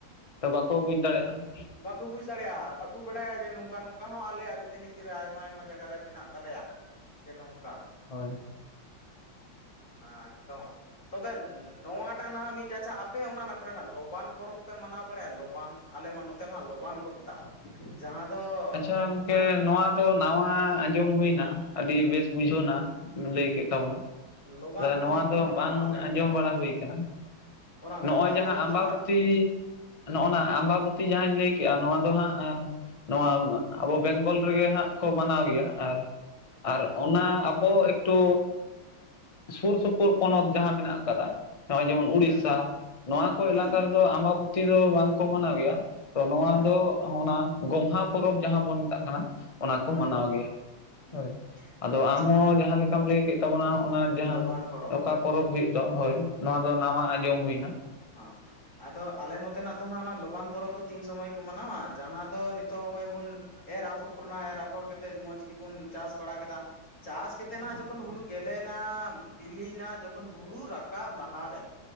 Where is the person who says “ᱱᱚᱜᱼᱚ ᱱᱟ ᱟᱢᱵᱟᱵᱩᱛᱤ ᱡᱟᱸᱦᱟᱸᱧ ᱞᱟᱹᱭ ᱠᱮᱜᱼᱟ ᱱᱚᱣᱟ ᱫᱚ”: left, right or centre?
Left